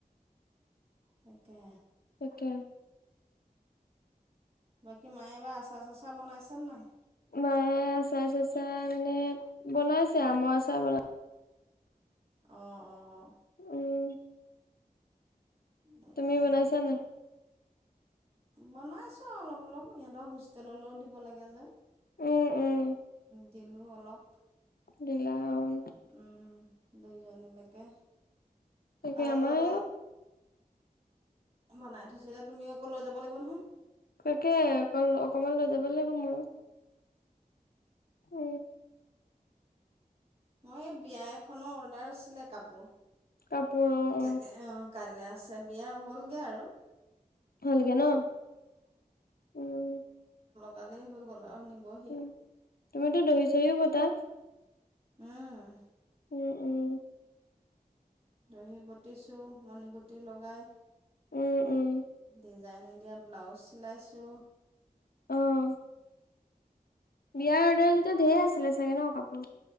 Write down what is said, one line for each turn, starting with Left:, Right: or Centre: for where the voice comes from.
Right: তাকে
Left: তাকে
Right: বাকী মায়ে এইবাৰ আচা চাচা বনাইছে নাই
Left: মায়ে আচাৰ চাচাই মানে বনাইছে আমৰ আচাৰ বনাই
Right: অ অ
Left: উম
Right: তাকেহে
Left: তুমি বনাইছা নাই
Right: বনাইছোঁ অলপ অলপ ইিহঁতক হোষ্টেললৈও দিব লাগে যে।
Left: উম, উম,
Right: দিলো অলপ।
Left: দিলা অ',
Right: উম দুইজনীলৈকে
Left: তাকে
Right: আৰু
Left: আমাৰ
Right: অলপ বনাই থৈছ এতিয়া তুমি আকৌ লৈ যাব লাগিব নহয়।
Left: তাকে অ অকমান লৈ যাব লাগিব ময়ো উ
Right: মই এই বিয়া এখনৰ অৰ্ডাৰ আছিলে কাপোৰ।
Left: কাপোৰ অ',
Right: তাকে অ কাইলৈ আছে বিয়া হ'লগে আৰু
Left: সলগে ন উম
Right: কালিএই হৈ গ'ল আৰু নিবহি
Left: উ তুমিতো দহি চহিও বতা
Right: উম
Left: উম, উম,
Right: দহি বটিছো মণিগুটি লগাই
Left: উম, উম,
Right: ডিজাইন এতিয়া ব্লাউজ চিলাইছো।
Left: অ'। বিয়াৰ অৰ্ডাৰ দিয়োতে ঢেৰ আছিলে চাগে ন কাপোৰ।